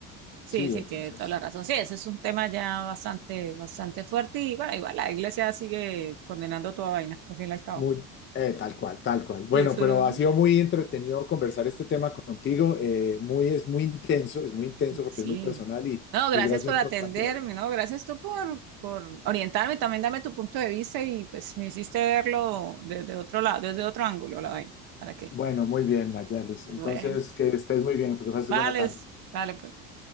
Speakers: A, on the right; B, on the left.
A: Sí,
B: sí,
A: sí,
B: entonces,
A: tiene toda la razón. Sí, ese es un tema ya bastante, bastante fuerte y bueno, igual la iglesia sigue condenando toda vaina, al fin y al cabo.
B: muy, eh, tal cual, tal cual. Bueno,
A: Y eso
B: pero
A: no,
B: ha sido muy entretenido conversar este tema contigo. eh, muy, es muy intenso, es muy intenso porque
A: sí.
B: es muy personal y,
A: No, gracias
B: y gracias
A: por atenderme,
B: por plantearlo.
A: no, gracias tú por, por orientarme, también darme tu punto de vista y pues me hiciste verlo desde otro lado, desde otro ángulo la vaina. ¿Para qué?
B: Bueno, muy bien, Mayalis. Entonces,
A: Bueno,
B: que estés muy bien, porque pases
A: vale,
B: buena tarde.
A: vale, pues.